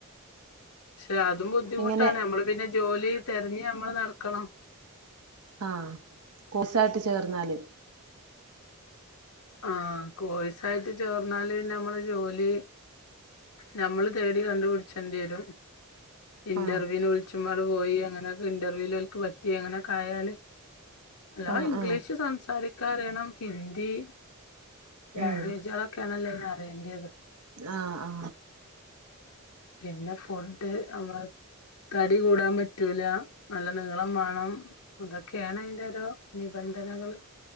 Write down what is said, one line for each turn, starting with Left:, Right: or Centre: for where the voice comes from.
Left: <unintelligible> അതും ബുദ്ധിമുട്ടാണ്
Right: എങ്ങനെ
Left: നമ്മള് പിന്നെ ജോലി തെരഞ്ഞ് നമ്മള് നടക്കണം.
Right: ആ കോഴ്സായിട്ട് ചേർന്നാല്
Left: ആഹ്, കോഴ്സ് ആയിട്ട് ചേർന്നാല് നമ്മളെ ജോലി ഞമ്മള് തേടി കണ്ടുപിടിച്ചേണ്ടി വരും, ഇന്റർവ്യൂവിന്
Right: ആഹ്
Left: വിളിച്ചും പാട് പോയി അങ്ങനെയൊക്കെ ഇന്റർവ്യൂൽ ഓൽക്ക് പറ്റി അങ്ങനൊക്കെ ആയല്, അല്ലാതെ
Right: ആഹ്
Left: ഇംഗ്ലീഷ്
Right: ആഹ്
Left: സംസാരിക്കാൻ അറിയണം ഹിന്ദി ലാംഗ്വേജ്കളൊക്കെയാണല്ലോ
Right: ഉം
Left: ഇനി അറിയേണ്ടിയത്
Right: ആ ആ
Left: പിന്നെ ഫുഡ് നമ്മള് തടി കൂടാൻ പറ്റൂല നല്ല നീളം വേണം അതൊക്കെയാണ് അതിന്റെ ഓരോ നിബന്ധനകള്.